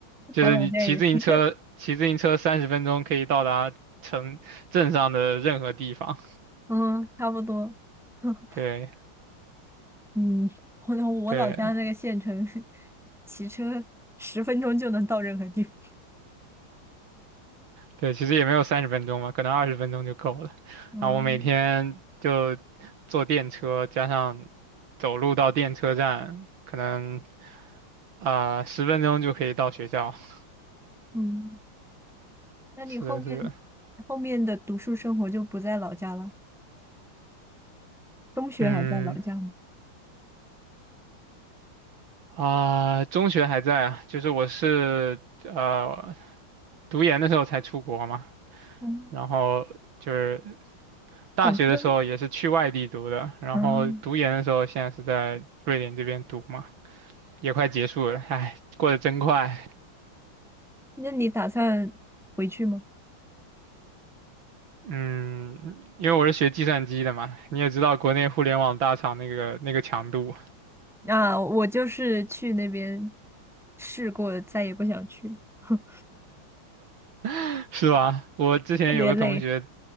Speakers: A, on the right; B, in the centre.
A: 就是你骑自行车，
B: 我老家也是。
A: 骑自行车三十分钟可以到达城镇上的任何地方。
B: 嗯，差不多。<laughs>
A: 对
B: 嗯，我我老家那个县城，
A: 对
B: 骑车十分钟就能到任何地方。
A: 对，其实也没有三十分钟嘛，可能二十分钟就够了。
B: <laughs> 嗯
A: 然后我每天就坐电车，加上走路到电车站，可能啊十分钟就可以到学校。<laughs>
B: 嗯，那你后面
A: 是的，是的。
B: 后面的读书生活就不在老家了？中学还在老家吗？
A: 嗯啊，中学还在啊，就是我是呃读研的时候才出国嘛，
B: 嗯，
A: 然后就是大学的时候也是去外地读的，
B: 本科。
A: 然后读研的时候现在是在瑞典这边读嘛，
B: 嗯，
A: 也快结束了，哎，过得真快。
B: 那你打算回去吗？
A: 嗯，因为我是学计算机的嘛，你也知道国内互联网大厂那个那个强度，
B: 啊，我就是去那边试过，再也不想去了，<laughs>
A: <laughs> 是吧？我之前有个同学，
B: 特别累。